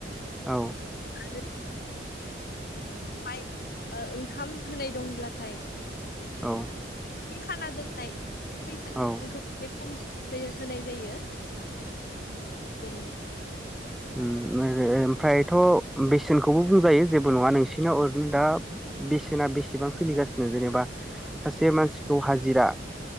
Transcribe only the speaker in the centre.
औ।
औ।
औ
होम ओओ ओमफ्रायथ' बेसेनखौबो बुंजायो जेबो नङा नोंसिनाव ओरैनो दा बेसेना बेसेबां सोलिगासिनो जेनेबा सासे मानसिखौ हाजिरा